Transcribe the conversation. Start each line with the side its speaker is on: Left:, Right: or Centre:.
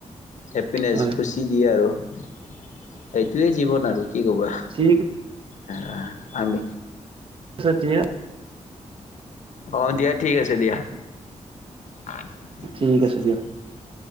Left: হেপিনেছ
Right: হয়
Left: খুচি দিয়ে আৰু। সেইটোৱেই জীৱন আৰু। কি ক'বা?
Right: ঠিক
Left: আ আমি
Right: ছে এতিয়া
Left: অ', দিয়া ঠিক আছে দিয়া। <unintelligible>
Right: ঠিক আছে দিয়া